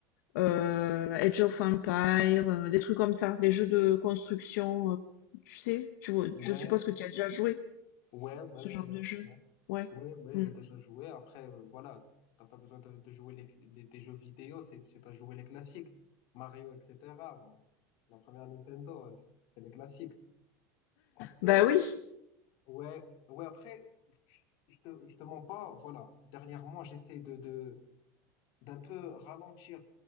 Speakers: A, on the left (about 70°); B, on the left (about 50°).
A: euh, Age of Empire, euh, des trucs comme ça, des jeux de construction. euh, tu sais, tu vois,
B: Ouais,
A: je suppose que tu as déjà joué
B: ouais, ouais,
A: ce
B: ouais,
A: genre
B: ouais.
A: de jeu.
B: ouais.
A: Ouais.
B: Oui, oui,
A: Mm.
B: j'ai déjà joué. Après, euh, voilà, t'as pas besoin de, de jouer les, les- des jeux vidéo, c'est, c'est à jouer les classiques. Mario, etc. bon, La première Nintendo, euh, c'est c'est les classiques. Après,
A: Bah
B: euh,
A: oui,
B: ouais, ouais, après, je je te, je te mens pas, voilà. Dernièrement, j'essaie de, de, d'un peu ralentir,